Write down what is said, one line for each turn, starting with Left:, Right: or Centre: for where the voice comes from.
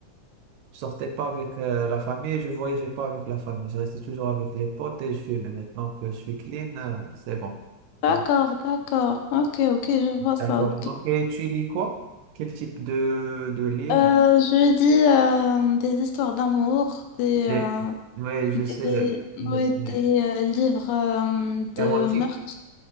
Right: Je sortais pas avec euh, la famille et je voyageais pas avec la famille. Je restais toujours avec les potes et je fumais. Maintenant que je suis clean, euh, c'est bon.
Left: D'accord,
Right: C'est bon.
Left: d'accord. Ok, ok, je vois ça,
Right: D'accord.
Left: ok.
Right: Donc, et tu lis quoi? Quel type de, de livre?
Left: Euh, je dis euh, des histoires d'amour, des, euh,
Right: Des- Ouais, je
Left: Des,
Right: sais. je
Left: ouais,
Right: sais.
Left: des euh, livres euh, de
Right: Érotique.
Left: meurtre.